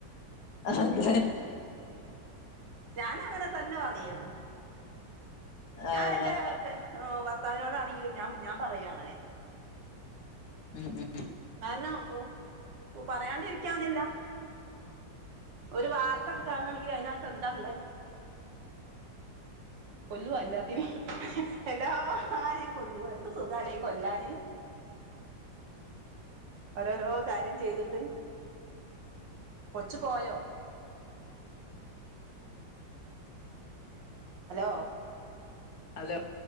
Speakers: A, on the left; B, on the right.
A: അതെ
B: ഞാൻ അങ്ങനെ തന്നെ പറയുള്ളൂ ഞാൻ
A: ആഹ്
B: എന്റെ ഭർത്താവിനോടാണെങ്കിലും ഞാൻ ഞാൻ പറയൂ അങ്ങനെ
A: ഉം ഉം
B: കാരണം പറയാണ്ടിരിക്കാവുന്നില്ല ഒരു വാർത്തൊക്കെ കാണുകണെങ്കിൽ അതിനകത്ത് എന്താണള്ളേ കൊല്ലുവ എല്ലാത്തിനേം എല്ലാരെയും കൊല്ലു എന്ത് സുഖാ കൊല്ലാന് ഓരോരോ കാര്യം ചെയ്തിട്ട് കൊച്ചു പോയോ ഹലോ
A: അലോ